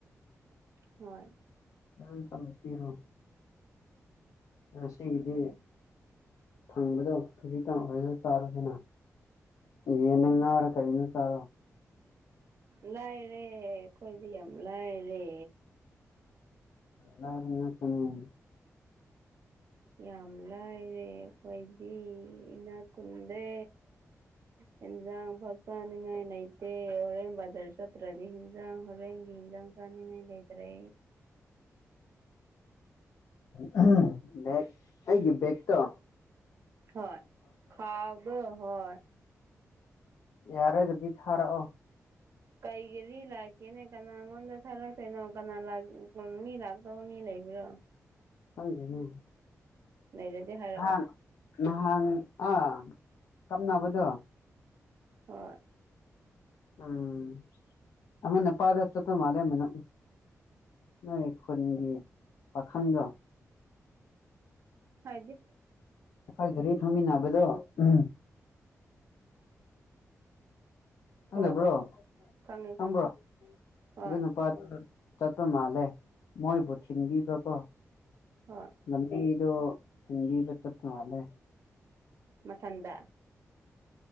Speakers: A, on the right; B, on the left.
A: ꯍꯣꯏ
B: ꯑꯥ ꯇꯝꯄꯤꯔꯣꯅꯦ ꯉꯁꯤꯒꯤꯗꯤ
A: ꯑꯗꯨ
B: ꯐꯪꯕꯗꯣ ꯈꯖꯤꯛꯇꯪ ꯑꯣꯏꯁꯨ ꯆꯥꯔꯁꯤꯅ ꯌꯦꯟꯂ ꯉꯥꯔ ꯀꯔꯤꯅꯣ ꯆꯔꯣ
A: ꯂꯥꯏꯔꯦ ꯑꯩꯈꯣꯏꯗꯤ ꯌꯥꯝ ꯂꯥꯏꯔꯦ
B: ꯂꯥꯔꯕ ꯉꯥꯇꯅꯤ <inaudible>
A: ꯌꯥꯝ ꯂꯥꯏꯔꯦ ꯈꯣꯏꯗꯤ ꯏ ꯅꯥꯀꯨꯟꯗꯦ ꯍꯤꯟꯖꯥꯡ ꯐꯧ ꯆꯥꯅꯤꯡꯉꯥꯏ ꯂꯩꯇꯦ ꯍꯣꯔꯦꯟ ꯕꯖꯥꯔ ꯆꯠꯇ꯭ꯔꯗꯤ ꯍꯟꯖꯥꯡ ꯍꯣꯔꯦꯟꯒꯤ ꯍꯟꯖꯥꯡ ꯆ ꯆꯅꯤꯉꯥꯏ ꯂꯩꯇꯔꯦ
B: ꯎꯍꯝ ꯕꯦꯛ ꯑꯩꯒꯤ ꯕꯦꯛꯇꯣ
A: ꯍꯣꯏ ꯈꯥꯎꯗꯣ ꯍꯣꯏ
B: ꯌꯥꯔꯒꯗꯤ ꯊꯥꯔꯛꯑꯣ
A: ꯀꯩ ꯒꯤꯔꯤ ꯂꯥꯛꯀꯦꯅꯦ ꯀꯅꯥ ꯉꯣꯟꯗ ꯊꯥꯂꯛꯇꯣꯏꯅꯣ ꯀꯅꯥ ꯃꯤ ꯂꯥꯛꯇꯧꯕ ꯃꯤ ꯂꯩ ꯂꯩꯕ꯭ꯔꯣ
B: ꯈꯪꯗꯦꯅꯦ
A: ꯂꯩꯔꯗꯤ ꯍꯥꯏꯔꯛꯑꯣ
B: ꯅꯍꯥꯟ ꯅꯍꯥꯟ ꯑꯥ ꯀꯞꯅꯕꯗꯣ
A: ꯍꯣꯏ
B: ꯎꯝ ꯑꯃ ꯅꯦꯄꯥꯗ ꯆꯠꯄ ꯃꯥꯂꯦ ꯃꯅꯝ ꯅꯣꯏ ꯈꯨꯟꯒꯤ ꯄꯈꯪꯗꯣ
A: ꯍꯥꯏꯗꯤ
B: ꯑꯩꯈꯣꯏ ꯘꯔꯤ ꯊꯝꯃꯤꯟꯅꯕꯗꯣ ꯎꯍꯝ ꯈꯪꯗꯕ꯭ꯔꯣ
A: ꯍꯣꯏ ꯍꯣꯏ ꯈꯪꯉꯦ
B: ꯈꯪꯕ꯭ꯔꯣ
A: ꯈꯪꯉꯦ ꯍꯣꯏ
B: ꯑꯗꯨ ꯅꯨꯄꯥꯗꯣ ꯆꯠꯄ ꯃꯥꯜꯂꯦ ꯃꯣꯏꯕꯨ ꯊꯤꯟꯕꯤꯕꯀꯣ
A: ꯍꯣꯏ
B: ꯂꯝꯕꯤꯗꯣ ꯊꯤꯟꯕꯤꯕ ꯆꯠꯄ ꯃꯥꯜꯂꯦ
A: ꯃꯊꯟꯗ